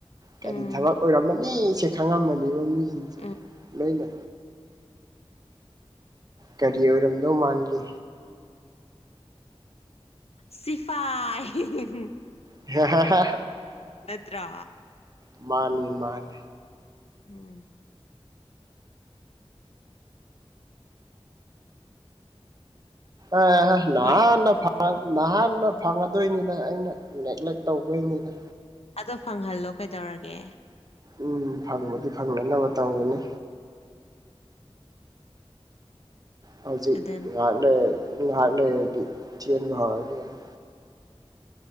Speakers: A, on the right; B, on the left.
A: ꯀꯔꯤ
B: ꯎꯝ
A: ꯊꯕꯛ ꯑꯣꯏꯔꯝꯃꯅꯤ ꯁꯦ ꯈꯪꯉꯝꯃꯅꯤꯕ ꯃꯤ
B: ꯎꯝ
A: ꯂꯣꯏꯅ ꯀꯔꯤ ꯑꯣꯏꯔꯝꯗꯧ ꯃꯥꯟꯒꯦ
B: ꯁꯤꯐꯥꯏ <unintelligible>
A: ꯍꯦꯍꯦꯍꯦ
B: ꯅꯠꯇ꯭ꯔꯥ
A: ꯃꯥꯅꯤ ꯃꯥꯅꯤ
B: ꯎꯝ
A: ꯑꯦꯍꯦ ꯅꯍꯥꯟꯅ
B: ꯑꯣꯏ
A: ꯐꯪꯉꯝꯅꯦ ꯅꯍꯥꯟꯅ ꯐꯪꯉꯝ ꯗꯣꯏꯅꯤꯗ ꯑꯩꯅ ꯅꯦꯒ꯭ꯂꯦꯛ ꯇꯧꯕꯣꯏꯅꯤꯗ
B: ꯑꯗꯣ ꯐꯪꯍꯜꯂꯣ ꯀꯩꯗꯧꯔꯒꯦ
A: ꯎꯝ ꯐꯪꯕꯗꯤ ꯐꯪꯅꯅꯕ ꯇꯧꯒꯅꯤ ꯍꯧꯖꯤꯛ
B: ꯑꯗꯨꯅꯤ
A: ꯉꯥꯏꯍꯥꯛ ꯂꯩꯔ ꯉꯥꯏꯍꯥꯛ ꯂꯩꯔꯗꯤ ꯆꯦꯟꯕ ꯍꯧꯔꯅꯤ